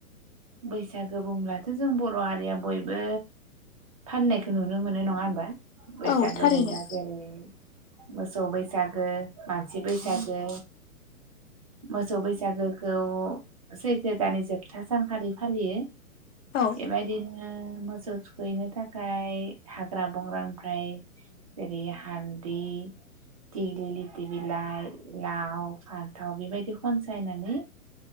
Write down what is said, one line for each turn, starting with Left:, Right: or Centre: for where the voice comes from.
Right: बैसागो बुंब्लाथ' जों बर' हारिया बयबो फाननायखौ नुनो मोनो नङा होनबा बेैसागो
Left: औ थारैनो
Right: बुंब्ला जेरै मोसौ बैसागो मानसि बैसागो मोसौ बैसागोखौ सैथो दानि जोबथा सान खालि फालियो
Left: औ
Right: बेबायदिनो मोसौ थुखैनो थाखाय हाग्रा बंग्रानिफ्राय जेरै हालदै दिग्लि लिथि बिलाइ लाव फानथाव बेबायदि खनसायनानै